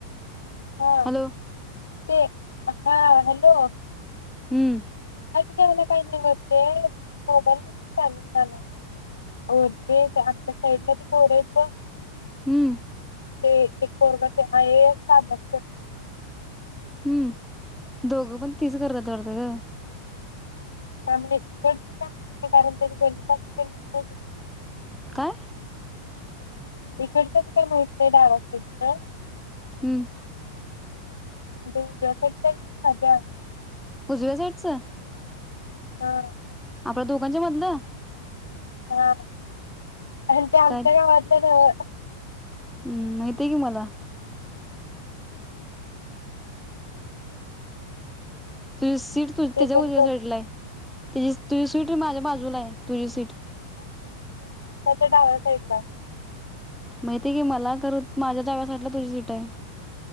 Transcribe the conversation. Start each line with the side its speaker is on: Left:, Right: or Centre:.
Left: हा
Centre: हॅलो
Left: ते हा हॅलो.
Centre: हम्.
Left: ला काही नाहीवते मोबल कामा <inaudible> ओरते आपल्या साईडला त कोरायच <inaudible>
Centre: हम्म
Left: ते एक. वर्गाचे आहे सात-आठ जण
Centre: हम्म दोघ पण. तीच करत दरद का <unintelligible>
Left: का मले इकडच का कारण त्या गणित <inaudible>
Centre: काय
Left: इकडचंच काय माहित नाही डाव्या साईडच
Centre: हम्म.
Left: <unintelligible>
Centre: उजव्या साईडचं
Left: हा.
Centre: आपल्या दोघांच्या मधलं
Left: हा. आणि ते आमच्या
Centre: काय
Left: गावातल न्हवं.
Centre: हम्म नहीत ते गे मला तुझी सीट तु
Left: ते
Centre: तुज्या
Left: पण
Centre: उजव्या
Left: कर
Centre: साइडलाय तुजी <unintelligible> टीट माझ्या बाजूलाय तुझी सीट
Left: च डाव्या साईडला
Centre: माहिते की मला, खर माझ्या डाव्या साईटला तुझी सीट हाय.